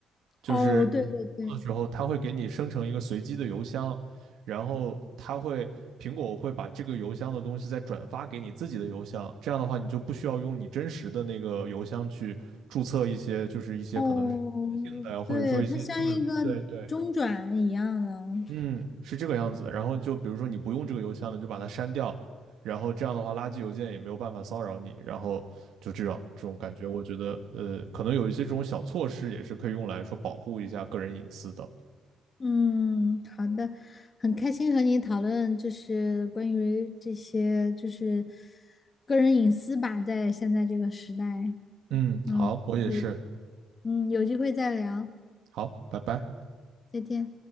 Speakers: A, on the right; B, on the left.
A: 就是你做的时候，
B: 哦，对对对。
A: 它会给你生成一个随机的邮箱，然后它会苹果会把这个邮箱的东西再转发给你自己的邮箱，这样的话你就不需要用你真实的那个邮箱去注册一些，就是一些可能是性的呀，
B: 哦，
A: 或者说一些根本对对
B: 对，它像一个中转一样的。
A: 嗯，是这个样子的。然后就比如说你不用这个邮箱了，你就把它删掉，然后这样的话，垃圾邮件也没有办法骚扰你。然后就这样，这种感觉，我觉得呃，可能有一些这种小措施也是可以用来说保护一下个人隐私的。
B: 嗯，好的，很开心和你讨论，就是关于这些，就是个人隐私吧，在现在这个时代。
A: 嗯，
B: 嗯，
A: 好，我也是。
B: 有，嗯，有机会再聊，
A: 好，拜拜。
B: 再见。